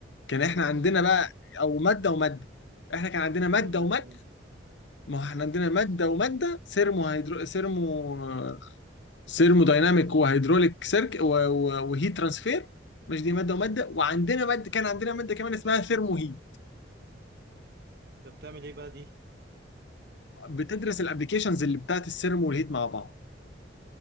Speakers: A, on the left; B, on the right.
A: كان احنا عندنا بقى او ماده وماده احنا كان عندنا ماده
B: ايوه ماده
A: وماده ما هو احنا عندنا ماده وماده سيرمو هيدرو سيرمو سيرمو دايناميك وهيدروليك سيرك و- و- وهيت ترانسفير مش دي ماده وماده وعندنا ماده كان عندنا ماده كمان اسمها ثيرمو هيت
B: طب بتعمل ايه بقى دي؟
A: بتدرس الابلكيشنز اللي بتاعت السيرمو والهيت مع بعض